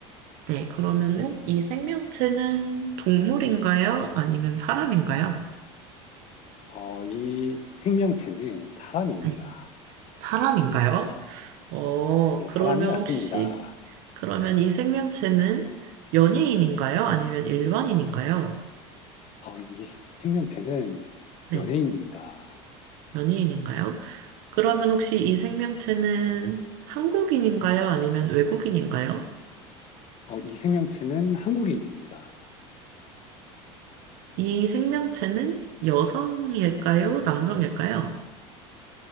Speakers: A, on the right; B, on the left.
A: 네. 그러면은 이 생명체는 동물인가요? 아니면 사람인가요?
B: 어, 이 생명체는 사람입니다.
A: 네. 사람인가요? 어,
B: 네,
A: 그러면
B: 사람이 왔습니다.
A: 혹시, 그러면 이 생명체는 연예인인가요? 아니면 일반인인가요?
B: 어, 이 생명체는
A: 네,
B: 연예인입니다.
A: 연예인인가요? 그러면 혹시 이 생명체는 한국인인가요? 아니면 외국인인가요?
B: 어, 이 생명체는 한국인입니다.
A: 이 생명체는 여성일까요? 남성일까요?